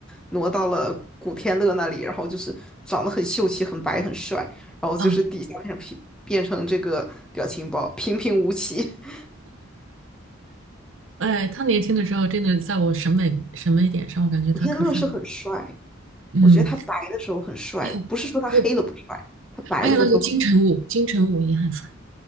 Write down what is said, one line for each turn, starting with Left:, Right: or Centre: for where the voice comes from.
Centre: 挪到了古天乐那里，然后就是长得很秀气、很白、很帅，然后就是底下变成平变成这个表情包，
Right: 啊，
Centre: 平平无奇。<laughs>
Right: 哎，他年轻的时候真的在我审美审美点上，我感觉他可帅了
Centre: 古天乐是很帅，
Right: 嗯，
Centre: 我觉得他白的时候很帅，
Right: 还有还有
Centre: 不是说他黑了不帅，他白了的时候，
Right: 还有那个金城武，金城武也很帅，